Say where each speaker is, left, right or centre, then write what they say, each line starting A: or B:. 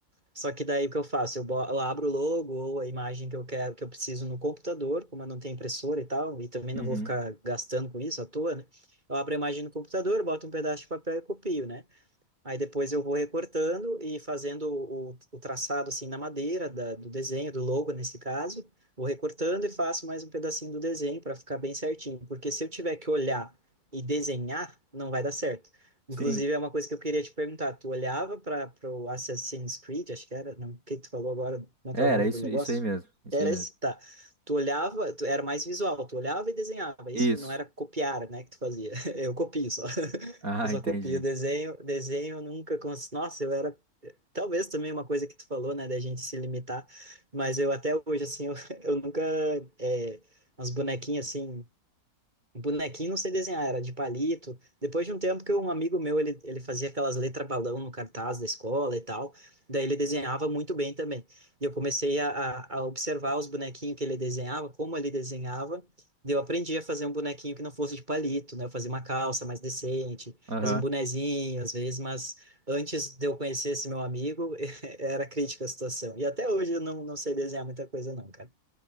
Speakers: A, on the right; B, on the right.
A: Só que daí o que eu faço? Eu, bo- eu abro o logo ou a imagem que eu quero, que eu preciso no computador, como eu não tenho impressora e tal, e também
B: Uhum.
A: não vou ficar gastando com isso à toa, né? Eu abro a imagem no computador, boto um pedaço de papel e copio, né? Aí depois eu vou recortando e fazendo o, o traçado assim na madeira da, do desenho, do logo nesse caso. Vou recortando e faço mais um pedacinho do desenho para ficar bem certinho. Porque se eu tiver que olhar e desenhar, não vai dar certo.
B: Sim.
A: Inclusive, é uma coisa que eu queria te perguntar. Tu olhava para o Assassin's Creed, acho que era, não, o que que tu falou agora? Como
B: É,
A: é que é o nome
B: era isso,
A: do negócio?
B: isso aí mesmo. Isso
A: Era
B: aí mesmo.
A: esse? Tá. Tu olhava, tu, era mais visual, tu olhava e desenhava. Isso
B: Isso.
A: não era copiar, né, que tu fazia. <laughs> Eu copio só.
B: Ah,
A: Eu só
B: <laughs> entendi.
A: copio. Desenho, desenho eu nunca cons... Nossa, eu era. Talvez também uma coisa que tu falou, né, da gente se limitar, mas eu até hoje, assim, eu, <laughs> eu nunca. É, umas bonequinhas, assim, o Bonequinho não sei desenhar, era de palito. Depois de um tempo que um amigo meu, ele, ele fazia aquelas letras balão no cartaz da escola e tal, daí ele desenhava muito bem também. E eu comecei a, a, a observar os bonequinhos que ele desenhava, como ele desenhava, daí eu aprendi a fazer um bonequinho que não fosse de palito, né? Eu fazia uma calça mais decente,
B: Aham.
A: fazia um bonezinho às vezes, mas antes de eu conhecer esse meu amigo, <laughs> era crítica a situação. E até hoje eu não, não sei desenhar muita coisa não, cara.